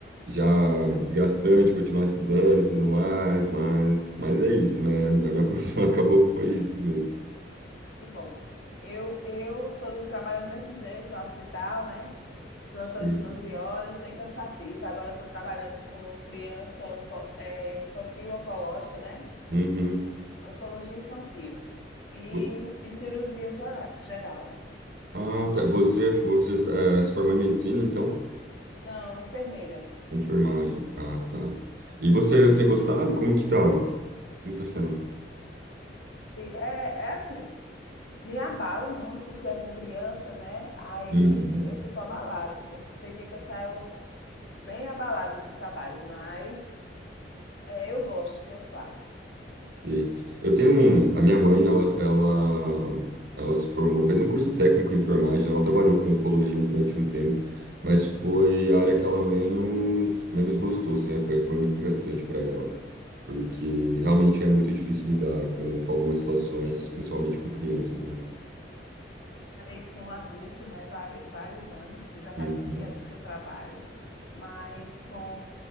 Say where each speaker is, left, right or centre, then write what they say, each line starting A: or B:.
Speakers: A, on the right (about 55°); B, on the left (about 85°).
A: já
B: Eu sabia.
A: desgastante continuar estudando e tudo mais, mas, mas é isso, né? A minha <laughs> profissão acabou que foi isso mesmo.
B: Que bom. Eu eu estou trabalhando do mesmo jeito no hospital, né? Plantão
A: Sim.
B: de 12 horas, bem cansativo. Agora estou trabalhando com criança onco- eh, infantil oncológica, né?
A: Uhum.
B: Oncologia infantil e,
A: Vo-
B: e cirurgia gera- geral.
A: Ah, tá. Você, você, eh, se formou em medicina, então?
B: Não, enfermeira.
A: Enfermagem. Ah, tá. E você tem gostado? Como que tá? Como tá sendo?
B: E É, é assim, me abala muito porque é com criança, né? Aí
A: Uhum.
B: fi- eu fico abalada. Tem dia que eu saio bem abalada do trabalho, mas eh, eu gosto do que eu faço.
A: E eu tenho um, a minha mãe, ela, ela, ela se formou, fez um curso técnico em enfermagem, ela trabalhou com oncologia durante um tempo, mas foi a área que ela menos, menos gostou, assim, é, foi, foi muito desgastante para ela, porque realmente é muito difícil lidar com, com algumas situações, principalmente com crianças, né?
B: Trabalhei com adulto, né, vari- vários anos, que já faz
A: Uhum.
B: 20 anos que eu trabalho, mas com,